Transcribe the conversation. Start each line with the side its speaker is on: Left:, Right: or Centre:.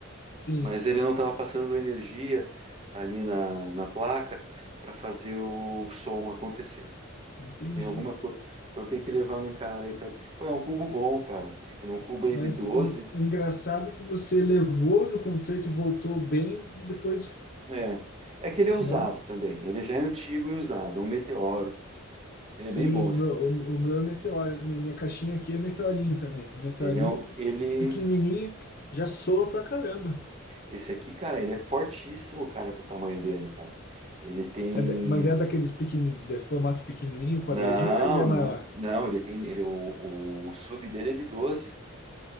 Left: sim.
Right: Mas ele não estava passando energia ali na, na placa para fazer o som acontecer.
Left: Entendi.
Right: Tem alguma coisa. Então tem que levar num cara aí para. Pô, é um cubo bom, cara. Era um cubo aí
Left: Mas
Right: de doze
Left: o en- o engraçado é que você levou no concerto e voltou bem, e depois,
Right: É. É que ele é usado
Left: né?
Right: também. Ele já é antigo e usado. É um meteoro. Ele
Left: Sim,
Right: é bem bom. Esse.
Left: o meu, o, o meu é meteoro. Minha, minha caixinha aqui é meteorinho também. Meteorinho
Right: Ele é um... ele...
Left: pequenininho, já soa pra caramba.
Right: Esse aqui, cara, ele é fortíssimo, cara, pro tamanho dele, cara. Ele tem.
Left: É da- mas é daqueles pequeni, de formato pequenininho, quadradinho,
Right: Não,
Left: ou já é
Right: não,
Left: maior?
Right: não, ele tem. Ele, o, o sub dele é de doze